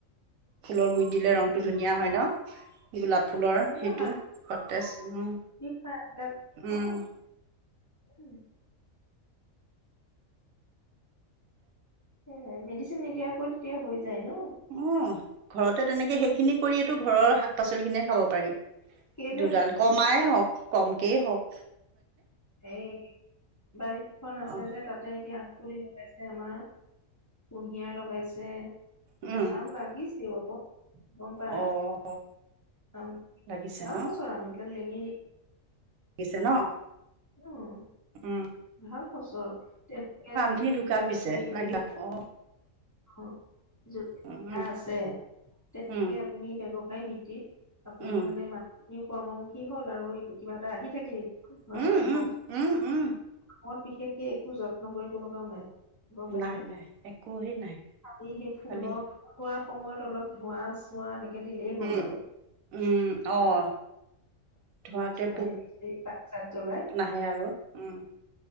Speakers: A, on the right; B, on the left.
A: ফুলৰ গুইট দিলে ৰংটো
B: উম
A: ধুনীয়া হয় ন। গোলাপ ফুলৰ
B: ধুনীয়া
A: সেইটো সতেজ উম।
B: ছে এইবিলাক
A: উম,
B: অহ উম। <unintelligible> এহে মেডিচিন নিদিয়াকৈ তেতিয়া হৈ যায় ন?
A: উম ঘৰতে তেনেকে সেইখিনি কৰিয়েটো ঘৰৰ শাক-পাচলি খিনিয়ে খাব পাৰি।
B: কেলে
A: দুডাল কমাই হওক, কমকেই হওক।
B: এই বাৰীখন আছে
A: অ',
B: যে তাতে এতিয়া। পুলি লগাইছে আমা, কুঁহিয়াৰ লগাইছে,
A: উম,
B: আম লাগিছ থাকিব কত? <unintelligible> গম পায়।
A: অ',
B: আম
A: লাগিছে
B: ভাল
A: ন
B: খচৰা আম এইবিলাক লেঙিৰি
A: দিছে ন?
B: য়োম।
A: উম।
B: ভাল খচৰ, তেনেকে যদি
A: খিনি ঢুকাল পিছে
B: আপুনি
A: লাগি
B: যদ
A: অ।
B: অ যদ
A: উম, উম,
B: আছে তেনেকে
A: উম,
B: আপুনি ব্যৱসায় ভিত্তিত আপুনি
A: উম,
B: মানে মানুহখিনিও কৰ্মমুখী হ'ল আৰু কিবা এটা আহি থাকিল। হয়
A: উম,
B: ন নহয়
A: উম,
B: কওক
A: উম, উম।
B: মত বিশেষকে একো যত্ন কৰিব লগাও নাই। গম পাইছেনে
A: নাই, নাই। একো হে নাই।
B: খালি সেই ফুলৰ
A: খালি
B: ফুল হোৱাৰ সময়ত অলপ ধোঁৱাচ টোৱা এনেকে দিলেই হ'ল
A: উম,
B: আৰু
A: উম,
B: কিবা
A: অ', ধোৱাতে
B: <unintelligible>
A: পোক
B: পাত-চাত জ্বলাই
A: নাহে আৰু উম,